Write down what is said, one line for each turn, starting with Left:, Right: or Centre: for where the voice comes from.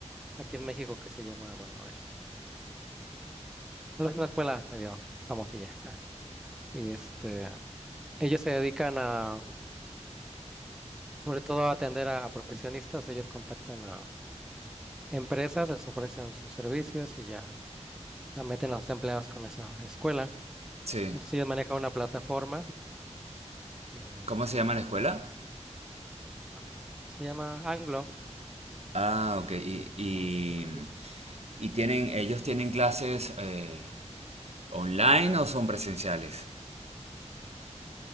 Centre: aquí en México que se llama, bueno, este, bueno, es una escuela medio famosilla. <laughs> Y este, ellos se dedican a, sobre todo a atender a, a profesionistas, ellos contactan a empresas, les ofrecen sus servicios y ya. o sea, meten a los empleados con esa escuela.
Right: Sí.
Centre: Entonces ellos manejan una plataforma eh,
Right: ¿Cómo se llama la escuela?
Centre: ah, se llama Anglo,
Right: Ah, ok. Y, y,
Centre: como Anglo Educativo.
Right: y tienen, ellos tienen clases eh, online o son presenciales.